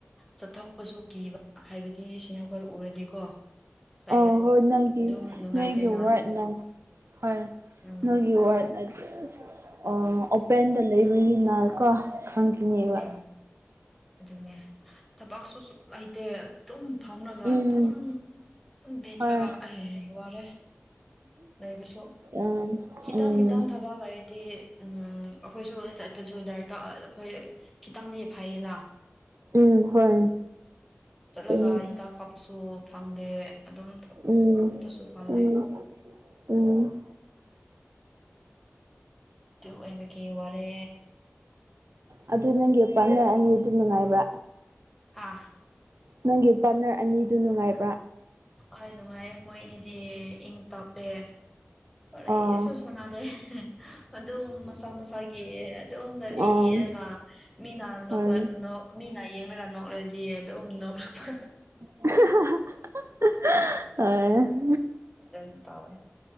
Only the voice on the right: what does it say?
ꯑꯣ ꯍꯣꯏ ꯅꯪꯒꯤ
ꯅꯣꯏꯒꯤ ꯋꯥꯠꯅ ꯍꯣꯏ
ꯅꯣꯏꯒꯤ ꯋꯥꯠꯅ <unintelligible> ꯑꯣ ꯑꯣꯄꯦꯟꯗ ꯂꯩꯕꯒꯤ ꯅꯥꯀꯣ ꯈꯪꯈꯤꯅꯦꯕ
ꯎꯝ
ꯍꯣꯏ
ꯎꯝ
ꯎꯝ
ꯎꯝ ꯍꯣꯏ
ꯑꯗꯨꯅꯦ
ꯎꯝ
ꯎꯝ
ꯑ ꯑꯗꯨ ꯅꯪꯒꯤ ꯄꯥꯠꯅꯔ ꯑꯅꯤ ꯑꯗꯨ ꯅꯨꯡꯉꯥꯏꯕ꯭ꯔꯥ
ꯅꯪꯒꯤ ꯄꯥꯔꯠꯅꯔ ꯑꯅꯤꯗꯨ ꯅꯨꯡꯉꯥꯏꯕ꯭ꯔꯥ
ꯑꯥ
ꯑꯥ
ꯍꯣꯏ
<unintelligible>